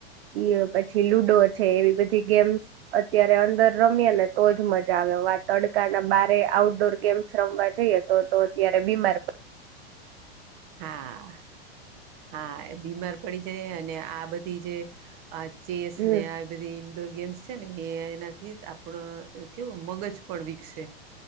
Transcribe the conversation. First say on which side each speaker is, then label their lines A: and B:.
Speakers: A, on the right; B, on the right.
A: ઈ પછી લુડો છે, એવી બધી ગેમ્સ અત્યારે અંદર રમ્યા ને તોજ મજા આવે તડકા ના બારે આઉટડોર ગેમ્સ, રમવા જઈએ, તો તો અત્યારે બીમાર પડ
B: હા, હા બીમાર પડી જાય, અને આ બધી જે આ ચેસને,
A: હમ
B: આ બધીઇન્ડોર ગેમસ ને એ એનાથી આપણ, કેવો મગજ પણ વિકસે